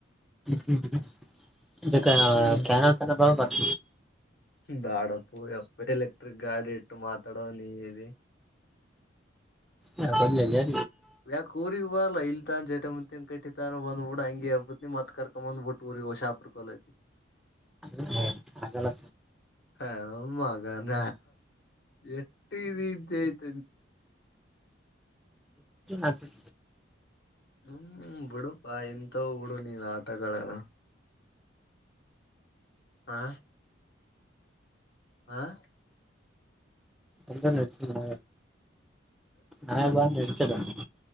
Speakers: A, in the centre; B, on the left.
A: ಹ್ಮ ಹ ಹ್ಮ ಇ
B: ಹ್ಮ್
A: ಕನತನ ಭಾವ ಬತ
B: ಬ್ಯಾಡಪ್ಪೋ ಯಪ್ಪ ಎಲೆಕ್ಟ್ರಿಕ್ ಗಾಡಿ ಇಟ್ಟು ಮಾತಾಡೋ ನೀ ಇಿ
A: ಹಾ ಕೊಡ್ಲ ಯ
B: ಯಾಕ ಊರಿ ಬ ಅಲ್ಲ ಇಲ್ತಾನ ಜಟ ಮುಂತನ್ ಕಟ್ಟಿತಾನ ಬಂದ್ಬ ಬಿಡ ಹಂಗಗೆ ಹಬ್ಬತ್ನ ಮತ್ ಕರ್ಕೊ ಬಂದ್ ಬಿಟ್ಟ ಊ ಓಷಾ ಪ್ರಕಲತಿ
A: ಹ ಹಾಗಗಲ್ಲ
B: ಹ ಮಗಾನ ಎಟ್ಟ ರ್ದಯ್ತೆ...
A: ಆತ <inaudible>
B: ಹ್ಮ್ ಬಿುಡುಪಾ ಎಂತ ಉುಡು ನೀಲ್ಲ ಆಟಗಳಲ್ಲ... ಹಾ <inaudible> ಆಾ <inaudible>
A: ಎಂತ ನಡ್ತ ನ ನ ಬಾ ನಡ್ತದ <inaudible>